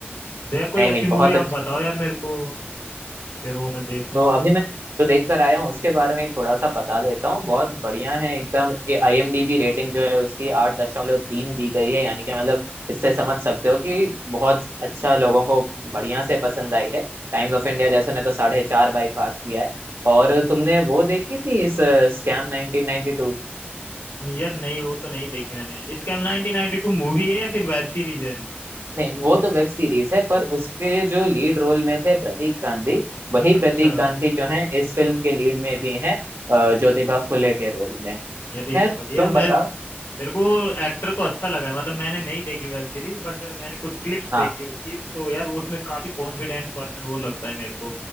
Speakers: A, on the left; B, on the right.
A: तो यार कोई
B: नहीं
A: अच्छी
B: नहीं बहुत
A: मूवी आप बताओ यार मेरे को फिर वो मैं देखूं
B: तो अभी मैं जो देख कर आया हूँ उसके बारे में थोड़ा सा बता देता हूँ बहुत बढ़िया है एकदम आईएमडीबी रेटिंग जो है उसकी आठ दशमलव तीन दी गई है यानी कि मतलब इससे समझ सकते हो कि बहुत अच्छा लोगों को बढ़िया से पसंद आई है टाइम्स ऑफ इंडिया जैसे ने तो साढ़े चार बाई पास किया है और तुमने वो देखी थी इस स्कैम नाइनटीन नाइनटी टू
A: यार नहीं वो तो नहीं देखी मैंने स्कैम 1992 मूवी है या फिर वेब सीरीज है
B: नहीं वो तो वेब सीरीज है पर उसके जो लीड रोल में थे प्रतीक गांधी वही
A: अच्छा
B: प्रतीक गांधी जो है इस फिल्म के लीड में भी हैं अ, ज्योतिबा फुले के रोल में
A: यार
B: खैर
A: ये तो बढ़िया
B: तुम
A: मैं
B: बताओ
A: मेरे को एक्टर तो अच्छा लगा है मतलब मैंने नहीं देखी वेब सीरीज बट मैंने कुछ क्लिप्स
B: हाँ
A: देखी है उसकी तो यार वो उसमें काफी कॉन्फिडेंट पर्सन वो लगता है मेरे को